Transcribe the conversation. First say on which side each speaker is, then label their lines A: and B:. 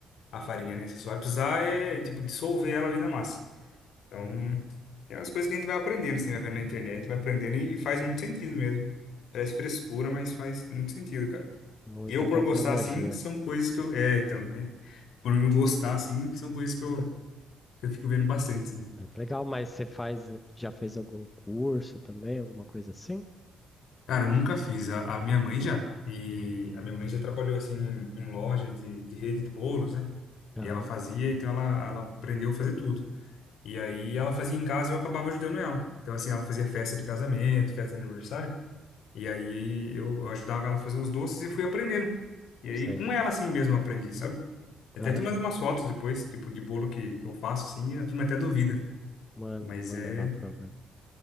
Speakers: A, on the left; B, on the left.
A: a farinha, né? Você só vai precisar, é, tipo, dissolver ela ali na massa. Então, é umas coisas que a gente vai aprendendo, assim, vai vendo na internet, vai aprendendo e, e faz muito sentido mesmo. Parece frescura, mas faz muito sentido, cara.
B: Muita
A: Eu, por
B: tecnologia.
A: gostar, assim, são coisas que eu... É, então, é, por eu gostar, assim, são coisas que eu que eu fico vendo bastante, sim.
B: Mas legal, mas você faz, já fez algum curso também, alguma coisa assim?
A: Cara, eu nunca fiz. A, a minha mãe já. E a minha mãe já trabalhou, assim, em, em loja de, de rede de bolos, né?
B: Aham,
A: E ela fazia, então ela, ela aprendeu a fazer tudo. E aí ela fazia em casa e eu acabava ajudando ela. Então, assim, ela fazia festa de casamento, festa de aniversário. E aí eu, eu ajudava ela a fazer os doces e eu fui aprendendo. E aí
B: sei.
A: com ela, assim mesmo, eu aprendi, sabe? Até
B: Aham,
A: te mando umas fotos depois, tipo, de bolo que, que eu faço, assim, e a turma até duvida.
B: manda,
A: Mas
B: manda
A: é,
B: lá pra eu ver.